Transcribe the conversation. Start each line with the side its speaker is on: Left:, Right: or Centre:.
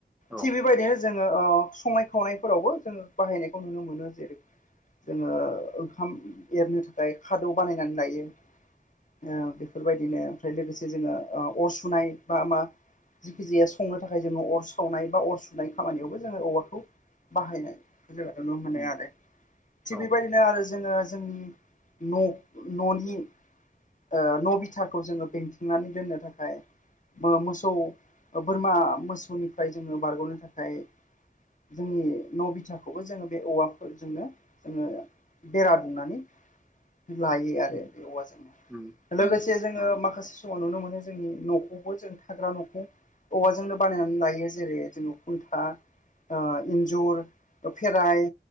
Centre: औ
Left: थिग बेबायदिनो जोङो ओ संनाय खावनायफोरावबो जोङो बाहायनायखौ नुनो मोनो जेरै जोङो
Centre: उम
Left: ओंखाम एरनो थाखाय खादौ बानायनानै लायो। ओ बेफोर बायदिनो ओमफ्राय लोगोसे जोङो अर सुनाय बा मा जेखिजाया संनो थाखाय जोङो अर सावनाय बा अर सुनाय खामानियावबो जोङो औवाखौ बाहायनायखौ जोंखौ नुनो मोनो
Centre: उम
Left: आरो। थिग
Centre: औ
Left: बेबायदिनो आरो जोङो जोंनि न'- न'नि ओ न' बिथाखौ जोङो बेंथिंनानै दोननो थाखाय मो-मोसौ ओ बोरमा मोसौनिफ्राय जोङो बारग'नो थाखाय जोंनि न' बिथाखौबो जोङो बे औवाफोरजोंनो जोङो बेरा दुमनानै लायो आरो बे औवाजोंनो।
Centre: उम
Left: लोगोसे
Centre: उम
Left: जोङो
Centre: नंगौ
Left: माखासे समाव नुनो मोनो जोंनि न'खौबो जों थाग्रा न'खौ औवाजोंनो बानायनानै लायो जेरै जोङो खुन्था ओ इन्जुर ओ फेराइ